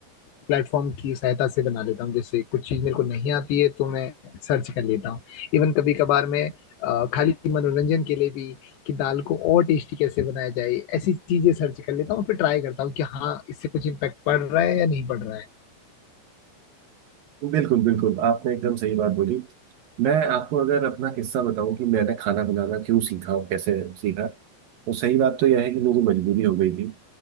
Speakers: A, on the left; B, on the right.
A: प्लेटफॉर्म की सहायता से बना लेता हूँ जैसे कुछ चीज मेरे को नहीं आती है तो मैं सर्च कर लेता हूँ इवन कभी कभार मैं अ, खाली मनोरंजन के लिए भी कि दाल को और टेस्टी कैसे बनाया जाए ऐसी चीजें सर्च कर लेता हूँ फिर ट्राई करता हूँ कि हाँ इससे कुछ इम्पेक्ट पड़ रहा है या नहीं पड़ रहा है
B: बिल्कुल बिल्कुल आपने एकदम सही बात बोली मैं आपको अगर अपना किस्सा बताऊं कि मैंने खाना बनाना क्यों सीखा और कैसे सीखा तो सही बात तो यह है कि मेरी मजबूरी हो गई थी